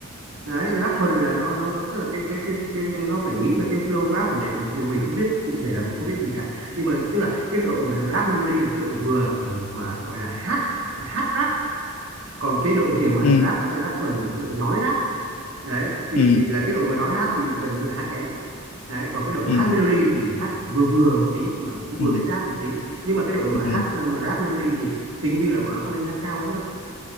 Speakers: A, on the right (about 65°); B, on the left (about 80°).
A: đấy rap thuần là nó nó tức là cái cái cái, cái nó phải nghĩ ra cái flow rap này này nọ. Bây giờ mình không biết cụ thể là mình không biết gì cả nhưng mà tức là cái đội mà rap melody là cái đội vừa à, mà gọi là hát hát rap còn cái đội kia mà
B: ừ
A: rap rap thuần là cái đội nói rap đấy thì
B: ừ
A: thì là cái đội mà nói rap thì gần như là hát kém đấy còn cái đội
B: ừ
A: mà hát melody thì hát vừa vừa một tí mà cũng vừa
B: ừ ừ
A: biết rap một tí nhưng mà cái đội mà hát
B: ừ
A: ờ, mà rap melody thì hình như là bọn nó không đánh giá cao lắm đâu